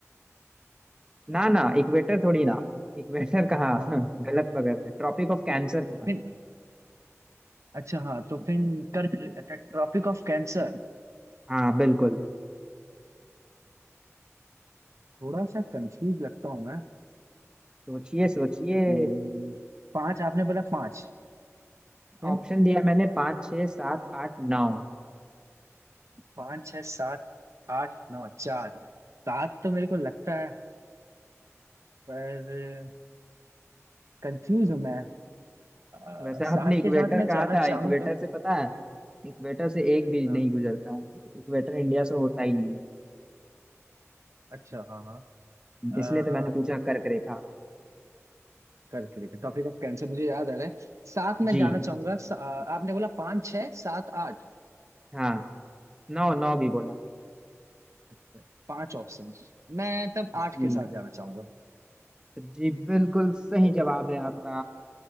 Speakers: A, on the right; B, on the right.
A: ना ना इक्वेटर थोड़ी ना इक्वेटर कहाँ
B: हाँ
A: <laughs> गलत
B: हाँ
A: पकड़ रहे ट्रॉपिक ऑफ कैंसर
B: तो
A: को कहा
B: फिर अच्छा हाँ तो फिर कर्क ट्रॉपिक ऑफ कैंसर
A: जाता है। हाँ बिल्कुल
B: थोड़ा सा कंफ्यूज लगता हूँ मैं
A: सोचिए सोचिए
B: हम्म, पांच आपने बोला पांच फिर
A: ऑप्शन दिया मैंने पाँच छः सात आठ नौ
B: पाँच छः सात आठ नौ चार सात तो मेरे को लगता है पर कंफ्यूज हूँ मैं अ,
A: वैसे आपने
B: सात
A: इक्वेटर
B: के साथ मैं
A: कहा
B: जाना
A: था
B: चाहूंगा
A: इक्वेटर से पता है इक्वेटर से एक भी
B: हाँ
A: नहीं गुजरता इक्वेटर इंडिया से होता ही नहीं
B: अच्छा हाँ हाँ
A: है
B: अह,
A: इसलिए तो मैंने पूछा कर्क रेखा
B: करके देखिए टॉपिक ऑफ कैंसर मुझे याद आ रहा है साथ में
A: जी
B: जाना चाहूंगा स- आ, आपने बोला पाँच छह सात आठ
A: हाँ नौ नौ भी बोला
B: अच्छा, पांच ऑप्शन मैं तब आठ
A: जी
B: के साथ जाना चाहूंगा
A: जी बिल्कुल सही जवाब है आपका